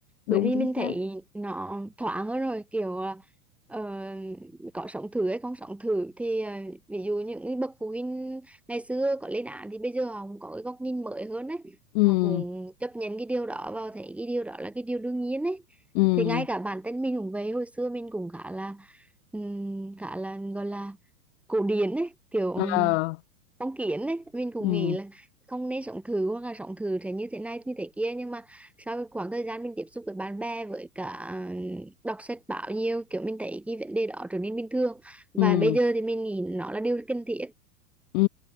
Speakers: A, on the left (about 45°); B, in the centre.
A: đúng
B: bởi vì
A: chính
B: mình thấy
A: xác
B: nó thoáng hơn rồi kiểu là, ờ, có sống thử hay không sống thử thì ờ, ví dụ những cái bậc phụ huynh ngày xưa có lên án thì bây giờ họ cũng có cái góc nhìn mới hơn đấy
A: ừ
B: họ cũng chấp nhận cái điều đó và thấy cái điều đó là cái điều đương nhiên đấy
A: ừ
B: thì ngay cả bản thân mình cũng vậy hồi xưa mình cũng khá là ừm, khá là gọi là cổ điển ấy kiểu ừm,
A: ờ
B: phong kiến ấy mình cũng
A: ừ
B: nghĩ là không nên sống thử hoặc là sống thử thế như thế này như thế kia nhưng mà sau cái khoảng thời gian mình tiếp xúc với bạn bè với cả ừ, đọc sách báo nhiều kiểu mình thấy cái vấn đề đó trở nên bình thường và
A: ừ
B: bây giờ thì mình nghĩ nó là điều cần thiết
A: ừ